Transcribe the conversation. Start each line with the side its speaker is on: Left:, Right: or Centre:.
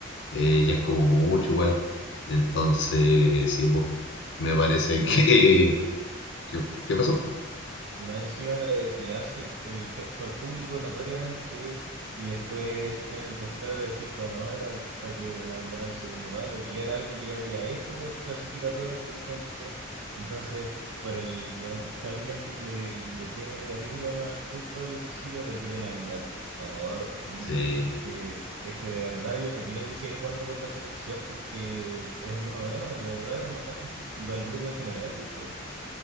Left: Eh, ya es como mucho igual. Entonces, sí, pues, me parece
Right: Y más
Left: <laughs> que...
Right: encima
Left: ¿Qué, qué pasó?
Right: Y más encima eh, le hace el, el gesto al público notoriamente y después tiene el descaro de decir como no, era para que me la mandaran al segundo palo y era algo que ya había hecho por clasificatorias, por ejemplo. Entonces, por el, bueno, si alguien le, le tiene cariño al fútbol en Chile, retiren a Vidal, por favor,
Left: Sí,
Right: porque es que de verdad yo no quiero que siga jugando por la selección porque es uno menos, de verdad es uno menos. Y para el grupo en general, yo creo.